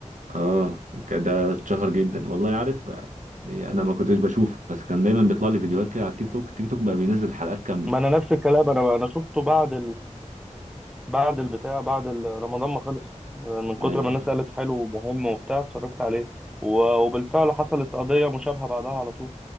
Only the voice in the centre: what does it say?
ما انا نفس الكلام انا انا شفته بعد بعد البتاع بعد ال- رمضان ما خلص من كتر
ما الناس قالت حلو ومهم وبتاع اتفرجت عليه و- وبالفعل حصلت قضية مشابهة بعدها على طول